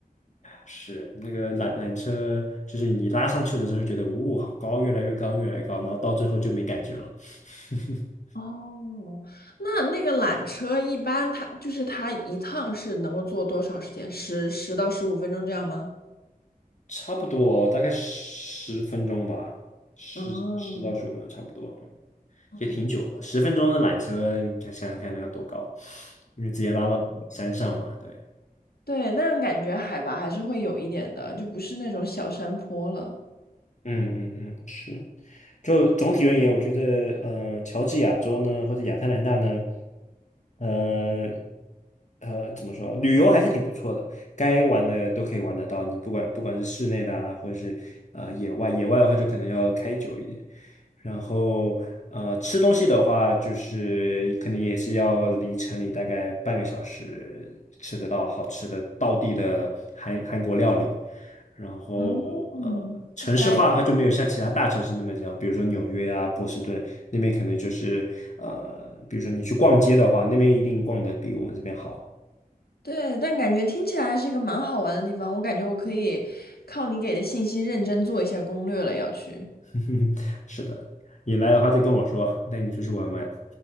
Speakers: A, on the left; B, on the left.
A: 是那个缆缆车，就是你拉上去的时候就觉得，呜、好高，越来越高，越来越高，然后到最后就没感觉了。<laughs>
B: 哦，那那个缆车一般它就是它一趟是能够坐多少时间？十十到十五分钟这样吗？
A: 差不多大概十分钟吧，十十到十五分钟差不多，
B: 哦，
A: 嗯
B: 哦
A: 也挺久了。十分钟的缆车，你看想想看那要多高，因为直接拉到山上嘛，对。
B: 对，那样感觉海拔还是会有一点的，就不是那种小山坡了。
A: 嗯嗯嗯，是。就总体而言，我觉得，呃，乔治亚州呢，或者亚特兰大呢，呃呃，怎么说，旅游还是挺不错的，该玩的都可以玩得到。你不管不管是室内的啊，或者是呃野外，野外的话就可能要开久一点。然后呃，吃东西的话，就是可能也是要离城里大概半个小时吃得到好吃的道地的韩韩国料理。然后呃，
B: 嗯，
A: 城市化的话就没有像其他大城市那么强，
B: 听起来
A: 比如说纽约啊、波士顿那边可能就是呃，比如说你去逛街的话，那边一定逛的比我们这边好。
B: 对，但感觉听起来还是一个蛮好玩的地方。我感觉我可以靠你给的信息认真做一下攻略了，要去。
A: <laughs> 是的，你来的话再跟我说，带你出去玩玩。